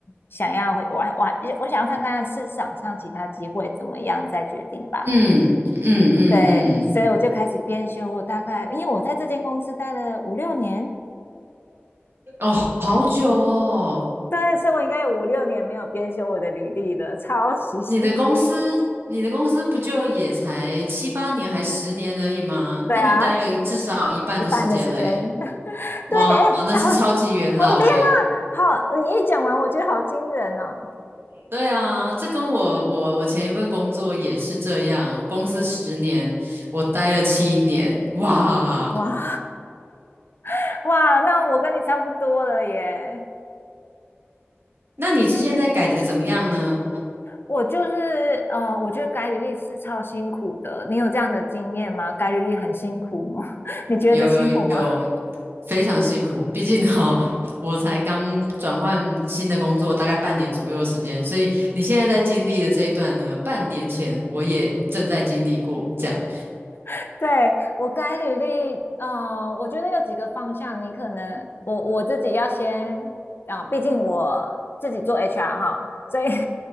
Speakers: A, on the left (about 55°); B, on the right (about 60°).
A: 想要回，我还我还我想要看看市场上其他机会怎么样再决定吧。
B: 嗯嗯嗯嗯，
A: 对，所以我就开始编修。我大概因为我在这间公司待了五六年，
B: 哦，好久哦。
A: 对，所以我应该有五六年没有编修我的履历了，超级辛苦。
B: 你的公司，你的公司不就也才七八年还十年而已吗？
A: 对啊，
B: 那你待了至少一半的时间嘞！
A: 一半的时间。<laughs>
B: 哇，
A: 对，哎、
B: 那是超级元老诶。
A: 哎好，我的天呐，好，你一讲完，我觉得好惊人哦！
B: 对啊，这跟我我我前一份工作也是这样，我公司十年，我待了七年，哇。
A: 哇 <laughs> 哇，那我跟你差不多了耶。
B: 那你之前在改的怎么样呢？
A: 我就是，呃，我觉得改履历是超辛苦的。你有这样的经验吗？改履历很辛苦吗？<laughs> 你觉得辛苦吗？
B: 有有有，非常辛苦，毕竟哈、哦我才刚转换新的工作，大概半年左右的时间，所以你现在在经历的这一段呢，半年前我也正在经历过，这样
A: <laughs> 对，我改履历，嗯、我觉得有几个方向，你可能我我自己要先啊，毕竟我自己做 HR 哈，所以 <laughs>